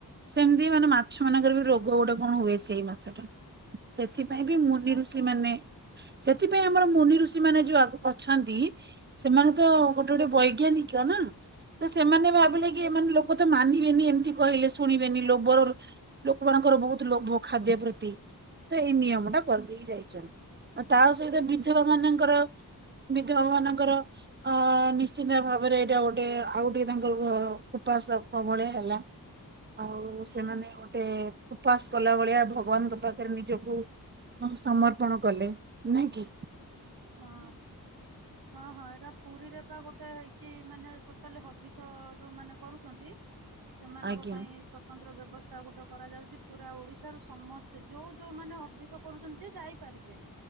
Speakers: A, on the right (about 30°); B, on the right (about 75°).
A: ସେମିତି ମାନେ ମାଛ ମାନଙ୍କର ବି ରୋଗ ଗୋଟେ କଣ ହୁଏ ସେଇ ମାସଟା ସେଥିପାଇଁ
B: ସେଥିଲାଗି
A: ବି ମୁନି ଋଷି
B: ଆଉ
A: ମାନେ ସେଥିପାଇଁ ଆମର ମୁନି ଋଷି ମାନେ ଯୋଉ ଅଛନ୍ତି ସେମାନେ ତ ଗୋଟେ ଗୋଟେ ବୈଜ୍ଞାନିକ ନା ତ ସେମାନେ
B: ହଁ
A: ଭାବିଲେ କି ଏମାନେ ଲୋକ ତ ମାନିବେନି ଏମିତି କହିଲେ ଶୁଣିବେନି ଲୋଭର ଲୋକ ମାନଙ୍କର ବହୁତ ଲୋଭ ଖାଦ୍ୟ ପ୍ରତି। ତ ଏଇ ନିୟମ ଟା କରିଦେଇକି ଯାଇଛନ୍ତି। ଆ ତା ସହିତ
B: ହୁଁ ହଁ
A: ବିଧବା ମାନଙ୍କର ବିଧବା ମାନଙ୍କର ଅ ନିଶ୍ଚିନ୍ତ ଭାବରେ ଏଇଟା ଗୋଟେ ଆଉ ଟିକେ ତାଙ୍କର ଉପାସକ ବ ଭଳିଆ ହେଲା। ଆଉ
B: ହୁଁ
A: ସେମାନେ ଗୋ ଟେ ଉପାସ କଲାବେଳେ ଏହା ଭଗବାନଙ୍କ ପାଖରେ ନିଜକୁ ତାଙ୍କୁ ସମର୍ପଣ କଲେ ନୁହେଁ କି?
B: ହଁ ହଁ ହଁ ଏଇଟା ପୁରୀରେ ପା ଗୋଟେ ହେଇଛି ମାନେ ଟୋଟାଲି ହବିଷ ଯୋଉ ମାନେ କରୁଛନ୍ତି ସେମାନଙ୍କ
A: ଆଜ୍ଞା
B: ପାଇଁ ସ୍ଵତନ୍ତ୍ର ବ୍ୟବ ବ୍ୟବସ୍ଥା ଗୋଟେ କରାଯାଉଛି ପୁରା ଓଡିଶା ରୁ ସମସ୍ତେ ଯୋଉ ଯୋଉ ମାନେ ହବିଷ କରୁଛନ୍ତି ଯେ ଯାଇପାରିବେ